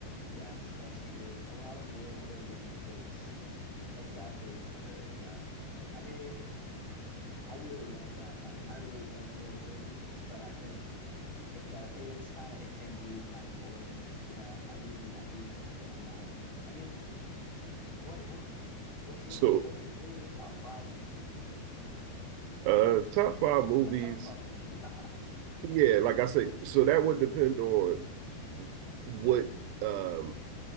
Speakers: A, on the left; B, on the right.
A: Yes, that's true. A lot of world building is exactly what's occurring, yeah. I mean, I really love that type. I really love world building, but I think It does, it is kind of, it can be kind of boring. Yeah, I do, I do understand that. I mean, eh, what, what, what's your
B: So,
A: favorite, what are, what are your top five movies, maybe?
B: uh, top five movies.
A: It's a tough question, to be <laughs> honest.
B: Yeah, like I say, so that would depend on what um